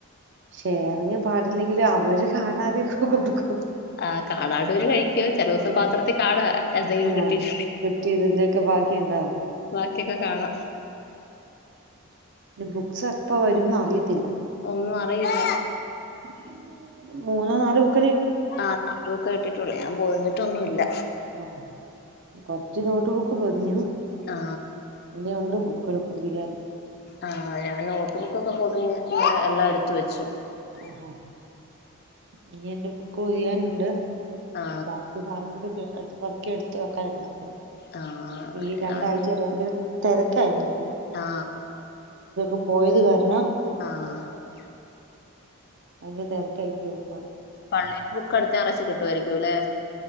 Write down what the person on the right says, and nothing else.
ഷെയറിങ് പാടില്ലെങ്കിലും അവര് കാണാതെ ഒ കൊടുക്കും
ഉം
ആഹ് കിട്ടിയതിന്റെയൊക്കെ ബാക്കി ഉണ്ടാവും
ഇനി ബുക്സ് എപ്പ വരുംന്ന് അറിയത്തില്ല
<unintelligible>
ആഹ് കൊറച്ച് നോട്ട് ബുക്ക് പൊതിഞ്ഞു
ഇനി ഉണ്ട് പു <unintelligible> പൊതിയാന്
ആഹാ നീ എന്റെ ബു ക്കൊതിയാനുണ്ട്
ബാക്കി സാധങ്ങളൊക്കെ അടുത്ത് പറക്കി എടുത്ത് വെക്കാനുണ്ട് അപ്പൊ
ഈ രണ്ടാഴ്ച
<unintelligible> തെരക്കായിരുന്നു
<unintelligible> പോയത് കാരണം
അതെ തരക്കായി പോ